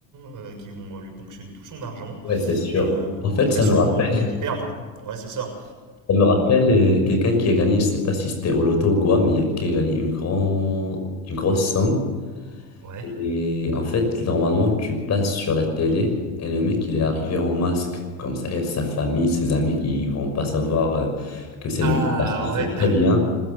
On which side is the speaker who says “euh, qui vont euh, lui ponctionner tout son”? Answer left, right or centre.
Right